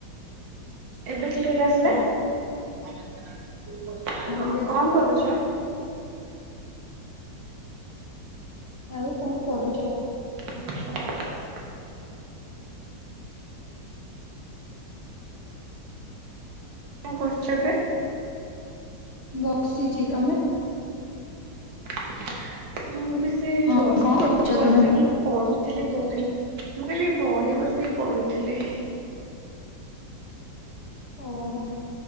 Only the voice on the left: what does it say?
ହ୍ୟାଲୋ
ଏବେ ଆସିଲା
କୁହ।
ଆଉ କଣ କରୁଛ?
ବସିସିଛି ତମେ?
ହଁ
କଣ କରୁଛ
ତମେ?
ଓହୋ।